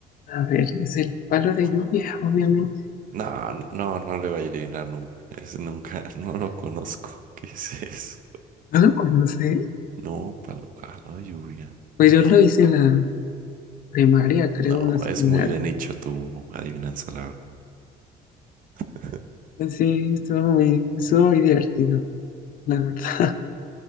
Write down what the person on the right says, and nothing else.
No, no, no le voy a adivinar nunca. Es nunca, <laughs> no lo conozco. ¿Qué es eso?
No, palo caldo de lluvia.
No,
es muy de nicho tu adivinanza, la verdad. <laughs>